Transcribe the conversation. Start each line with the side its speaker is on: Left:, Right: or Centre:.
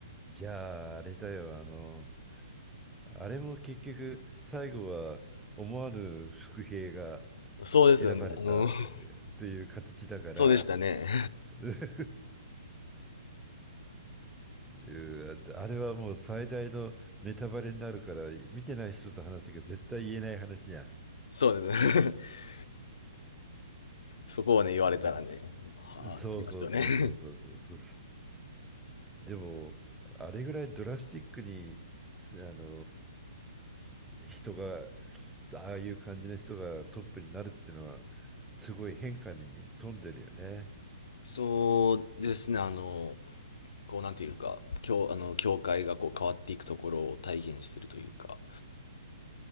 Centre: じゃああれだよ、あの、あれも結局最後は思わぬ伏兵が
Left: そうですよね。
Centre: 選ばれたえーという形だから、
Left: あの、<laughs> そうでしたね。
Centre: <laughs> うーあれはもう最大のネタバレになるから、見てない人と話が絶対言えない話じゃん。
Left: <laughs> そうですね。<laughs> そこをね、
Centre: う
Left: 言われたらね、はあ、
Centre: んそうそうそうそうそうそうそうそう。
Left: ありますよね。<laughs>
Centre: でも、あれぐらいドラスティックに、すあの人が、ああいう感じの人がトップになるっていうのは、すごい変化に富んでるよね。
Left: そうですね、あの、こうなんていうか、教、あの、教会がこう変わっていくところを体現しているというか、